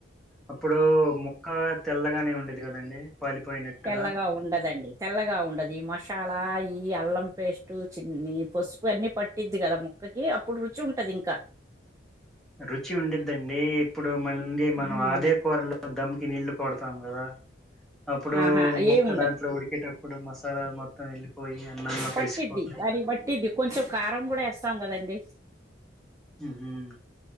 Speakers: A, in the centre; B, on the right.
A: అప్పుడూ ముక్కా తెల్లగానే ఉండిద్ది కదండి. పాలిపోయినట్టుగా
B: తెల్లగా ఉండదండి తెల్లగా ఉండదు ఈ మసాలా ఈ అల్లం పేస్టు చిన్ని పసుపు అన్నీ పట్టిద్ది కదా ము కాకి అప్పుడు రుచి ఉంటది ఇంకా
A: రుచి ఉండిద్దండి ఇప్పుడు మళ్ళీ మనం
B: హ్మ్.
A: అదే కూరలో దమ్కి నీళ్లు పడతాం కదా అప్పుడు
B: ఆహా
A: మొక్క
B: ఏమి ఉండదు
A: దాంట్లో ఉడికేటప్పుడు మసాలాలు మొత్తం వెళ్ళిపోయి అన్నంలో
B: పట్టిద్ది
A: కలిసిపోతాయి
B: కాని
A: కదా
B: పట్టిద్ది కొంచెం కారం కూడా వేస్తాం కదండి
A: ఉమ్